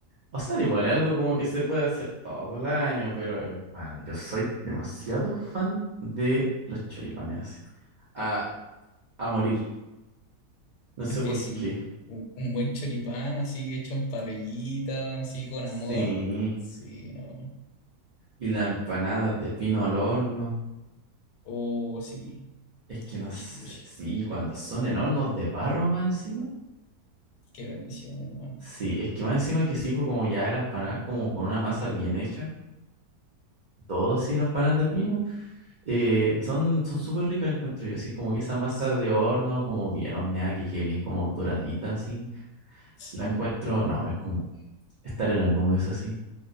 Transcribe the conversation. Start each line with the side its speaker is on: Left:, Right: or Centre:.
Right: O sea, igual es algo como que se puede hacer todo el año, pero hermano, yo soy demasiado fan de los choripanes así. A, a morir. No sé
Left: Es que
Right: por
Left: sí,
Right: qué.
Left: u- un buen choripán así hecho en parrillita, así con amor.
Right: Sí.
Left: Sí, no.
Right: Y las empanadas de pino al horno.
Left: Oh, sí.
Right: Es que
Left: Gucci,
Right: no sé.
Left: gucci.
Right: Sí, cuando son en hornos de barro más encima.
Left: Qué bendición, hermano.
Right: Sí, es que más encima que sí, pues como ya la empanada es como con una masa bien hecha. Todo así, las empanadas de pino. eh, son son súper ricas, encuentro yo. Así como que esa masa
Left: Sí,
Right: de horno, como bien horneada, que quede bien como doradita, así.
Left: sí,
Right: La encuentro, no, es como estar en las nubes así,